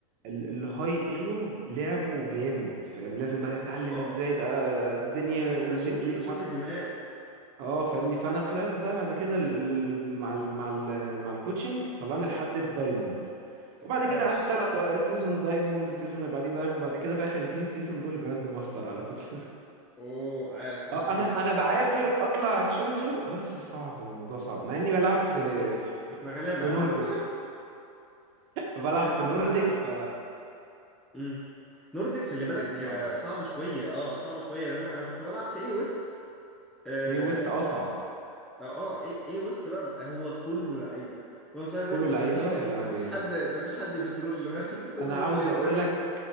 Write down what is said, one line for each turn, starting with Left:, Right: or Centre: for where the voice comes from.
Right: ال- الهاي ايلو لعبه جامد فاهم لازم بقى تتعلم
Centre: اه
Right: ازاي بقى الدنيا
Centre: آه، كنت
Right: والميدل
Centre: بشوف بشوف فيديوهات
Right: اه فاهمني فانا طلعت بقى بعد كده ال- ال- ال- مع ال مع ال مع الكوتشنج طلعني لحد الدايموند
Centre: طب
Right: وبعد
Centre: ده
Right: كده
Centre: عاش
Right: قعدت العب بقى سيزون دايموند سيزون اللي بعديه دايموند بعد كده بقى اخر اتنين سيزون دول جراند ماستر على طول <laughs>
Centre: اوه عاش عاش
Right: اه
Centre: بجد
Right: انا انا بعافر اطلع تشالنجر بس صعب الموضوع صعب مع اني بلعب
Centre: تشالنجر
Right: في
Centre: ايه يا عم احنا
Right: في,
Centre: غلابة
Right: في
Centre: يا
Right: نورديك
Centre: عم <laughs>
Right: بلعب
Centre: انا
Right: في
Centre: كنت
Right: نورديك
Centre: بلعب
Right: ف-
Centre: امم نورديك خلي
Right: فالدنيا
Centre: بالك
Right: صعبه
Centre: آه، صعب شويه اه صعب شويه لان انا كنت بلعب في اي ويست اه
Right: ايه ويست اصعب
Centre: اه آه، اي اي ويست بقى, بقى هو كله لعيبه هو فاهم
Right: كله
Centre: انت
Right: لعيبه
Centre: مفيش
Right: يا لهوي
Centre: مفيش حد مفيش حد بترول <laughs> كله
Right: انا
Centre: نازل
Right: عاوز
Centre: يتراي
Right: اقول
Centre: هارد
Right: لك